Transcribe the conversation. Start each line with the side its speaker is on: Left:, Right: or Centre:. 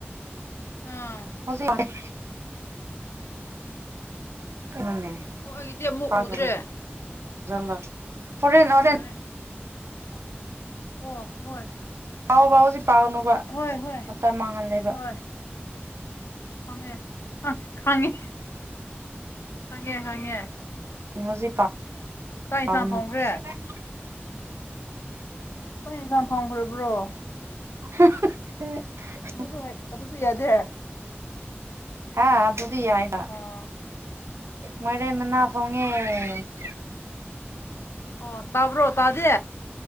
Left: ꯑꯥ
Right: ꯍꯧꯖꯤꯠ ꯀꯩꯅꯣꯅꯦ
Left: ꯑꯣ ꯑꯩꯒꯤꯗꯤ ꯑꯃꯨꯛ
Right: <unintelligible>
Left: ꯎꯗ꯭ꯔꯦ
Right: ꯍꯣꯔꯦꯟ
Left: ꯑꯣ
Right: - ꯍꯣꯔꯦꯟ
Left: ꯌꯥꯔꯦ ꯑꯣ ꯍꯣꯏ꯫
Right: ꯄꯥꯎꯑꯣ ꯄꯥꯎ ꯁꯤ ꯄꯥꯒꯅꯨꯕ
Left: ꯍꯣꯏ ꯍꯣꯏ
Right: ꯃꯇꯝ ꯃꯥꯡꯍꯜꯂꯦꯕ
Left: ꯍꯣꯏ ꯐꯪꯉꯦ ꯈꯪꯉꯦ ꯈꯪꯉꯦ - ꯈꯪꯉꯦ꯫
Right: <unintelligible>
Left: ꯆꯥꯛ ꯌꯦꯟꯁꯥꯡ ꯊꯣꯡꯈ꯭ꯔꯦ ꯑꯩꯈꯣꯏ ꯌꯦꯟꯁꯥꯡ ꯊꯣꯡꯈꯔ꯭ꯕꯣ?
Right: <unintelligible>
Left: ꯑꯗꯨꯁꯨ ꯍꯩ ꯑꯗꯨꯁꯨ ꯌꯥꯗꯤ
Right: ꯍꯥ ꯑꯗꯨꯗꯤ ꯌꯥꯏ
Left: ꯑꯥ
Right: ꯃꯥꯏꯔꯦꯟ ꯃꯅꯥ ꯊꯣꯡ ꯉꯦ ꯫
Left: ꯑꯣ ꯇꯥꯕ꯭ꯔꯣ ꯇꯥꯗꯦ